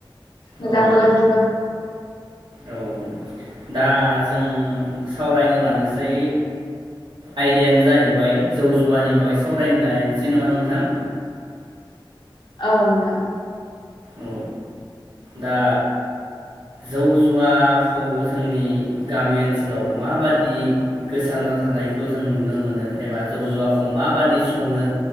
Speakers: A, on the left (about 65°); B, on the right (about 70°).
A: मोजांबो
B: औ
A: गाज्रिबो।
B: औ दा जों सावरायनो लानोसै आयदायानो जाहैबाय जौ जुवानि बागै सावरायनो लायसै नंङा नोंथां।
A: औ नोंथां।
B: औ दा जौ जुवाखौ जोंनि गामि ओनसोलाव माबादि गोसारना थानायखौ जों नुनो मोनो एबा जौ जुवाखौ माबादि सङो